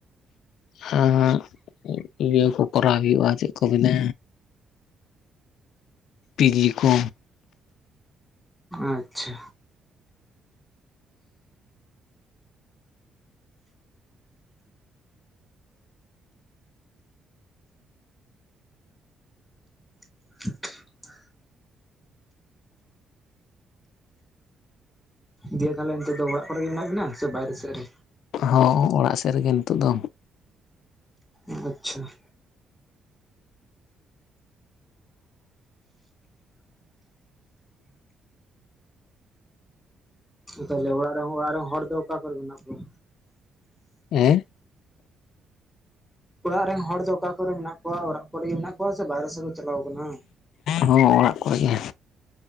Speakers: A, on the left; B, in the centre.
A: ᱦᱚᱸ ᱤᱭᱟᱹ ᱠᱚ ᱠᱚᱨᱟᱣ ᱦᱩᱭᱩᱜᱼᱟ ᱪᱮᱜ ᱠᱚ ᱢᱮᱱᱟ, ᱯᱤ ᱡᱤ ᱠᱚ᱾
B: ᱟᱪᱪᱷᱟ᱾ <inaudible> ᱫᱤᱭᱮ ᱛᱟᱦᱚᱞᱮ ᱱᱤᱛᱚᱜ ᱫᱚ ᱚᱲᱟᱜ ᱠᱚᱨᱮᱜ ᱜᱮ ᱢᱮᱱᱟᱜ ᱵᱤᱱᱟ ᱥᱮ ᱵᱟᱭᱨᱮ ᱥᱮᱜ ᱨᱮ,
A: ᱦᱚᱸ ᱚᱲᱟᱜ ᱥᱮᱫ ᱨᱮᱜᱮ ᱱᱤᱛᱚᱜ ᱫᱚ᱾
B: ᱟᱪᱪᱷᱟ ᱾ ᱛᱟᱦᱞᱮ ᱚᱲᱟᱜ ᱨᱮᱦ ᱚᱲᱟᱜ ᱨᱮᱱ ᱦᱚᱲ ᱫᱚ ᱚᱠᱟ ᱠᱚᱨᱮ ᱢᱮᱱᱟᱜ ᱠᱚᱣᱟ?
A: ᱦᱮᱸ,
B: ᱚᱲᱟᱜ ᱨᱮᱱ ᱦᱚᱲ ᱫᱚ ᱚᱠᱟ ᱠᱚᱨᱮ ᱢᱮᱱᱟᱜ ᱠᱚᱣᱟ ᱚᱲᱟᱜ ᱠᱚᱨᱮᱜ ᱢᱮᱱᱟᱜ ᱠᱚᱣᱟ? ᱥᱮ ᱵᱟᱦᱨᱮ ᱥᱮᱫ ᱠᱚ ᱪᱟᱞᱟᱣ ᱟᱠᱟᱱᱟ?
A: ᱦᱚᱸ ᱚᱲᱟᱜ ᱠᱚᱨᱮᱜᱮ᱾